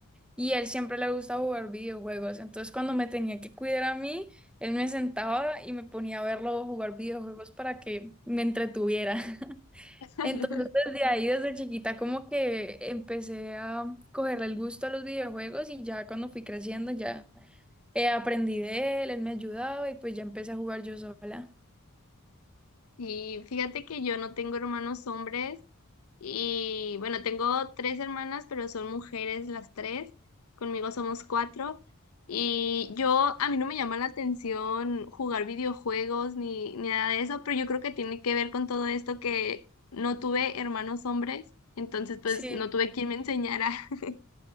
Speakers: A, in the centre; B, on the left (about 75°).
A: Y a él siempre le gusta jugar videojuegos. Entonces, cuando me tenía que cuidar a mí, él me sentaba y me ponía a verlo jugar videojuegos para que me entretuviera. <laughs>
B: <laughs>
A: Entonces, desde ahí, desde chiquita, como que empecé a cogerle el gusto a los videojuegos y ya cuando fui creciendo, ya eh, aprendí de él, él me ayudaba y pues ya empecé a jugar yo sola.
B: Y fíjate que yo no tengo hermanos hombres, Y bueno, tengo tres hermanas, pero son mujeres las tres. Conmigo somos cuatro. Y yo, a mí no me llama la atención jugar videojuegos ni, ni nada de eso, pero yo creo que tiene que ver con todo esto que no tuve hermanos hombres, entonces pues
A: Sí,
B: no tuve quien me enseñara. <laughs>